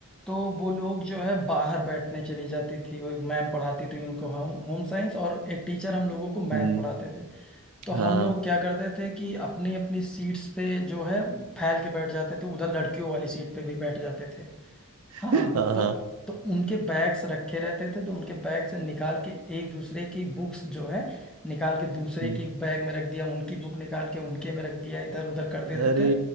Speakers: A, in the centre; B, on the right.
A: तो वो लोग जो है बाहर बैठने चली जाती थी वो एक मैम पढ़ाती थी उनको होम होम साइंस और एक टीचर हम लोगों को मैथ
B: हम्म
A: पढ़ाते थे तो
B: हाँ
A: हम लोग क्या करते थे कि अपनी अपनी सीट्स पे जो है फैल के बैठ जाते थे उधर लड़कियों वाली सीट पे भी बैठ जाते थे हाँ
B: <laughs> हाँ
A: तो
B: हाँ
A: तो उनके बैग्स रखे रहते थे तो उनके बैग से निकाल के एक दूसरे की बुक्स जो है निकाल के दूसरे
B: हम्म।
A: की बैग में रख दिया उनकी बुक निकाल के उनके में रख दिया इधर उधर कर देते
B: अरे
A: थे